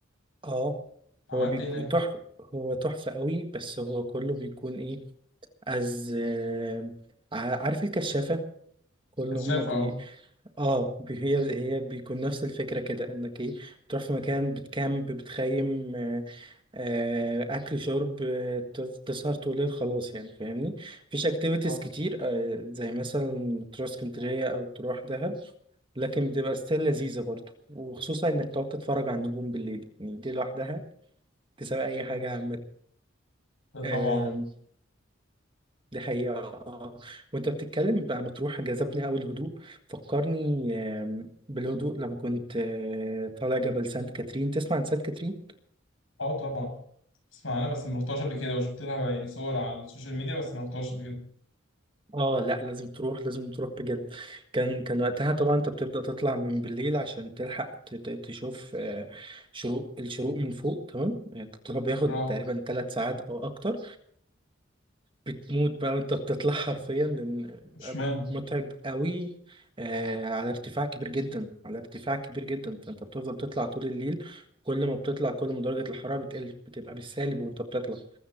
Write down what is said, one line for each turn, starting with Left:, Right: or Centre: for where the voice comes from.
Right: آه
Left: عملت
Right: هو بيكون
Left: إيه هناك؟
Right: تحفة هو تحفة أوي بس هو كله بيكون إيه از آه ع- عارف الكشافة كل
Left: كشافة
Right: هما بي
Left: أهو
Right: اه بي- هي هي بيكون نفس الفكره كده انك ايه بتروح في مكان بتكامب بتخيم آه آه، اكل شرب آه، ت- تسهر طول الليل خلاص يعني فاهمني مفيش اكتيفيتيز
Left: أه
Right: كتير آه زي مثلا تروح اسكندريه او تروح دهب لكن بتبقى ستيل لذيذه برضه وخصوصا انك تقعد تتفرج على النجوم بالليل يعني دي لوحدها تساوي اي حاجه
Left: ده طبعا
Right: عامه دي حقيقة آه. وانت بتتكلم بقى مطروح جذبني أوي الهدوء فكرني آم، بالهدوء لما كنت آه، طالع جبل سانت كاترين تسمع عن سانت كاترين؟
Left: أه طبعا اسمع أنا بس ما رحتهاش قبل كده وشفت لها يعني صور على السوشيال ميديا بس ما رحتهاش قبل كده
Right: اه لا لازم تروح لازم تروح بجد كان كان وقتها طبعا انت بتبدأ تطلع من بالليل عشان تلحق ت- ت- تشوف آه، شروق الشروق من فوق تمام آه، الطلوع بياخد
Left: آه.
Right: تقريبا ثلاث ساعات او اكتر بتموت بقى وانت بتطلع حرفيا لان بيبقى
Left: اشمعنى
Right: متعب قوي آه على ارتفاع كبير جدا على ارتفاع كبير جدا فانت بتفضل تطلع طول الليل كل ما بتطلع كل ما درجة الحرارة بتقل بتبقى بالسالب وانت بتطلع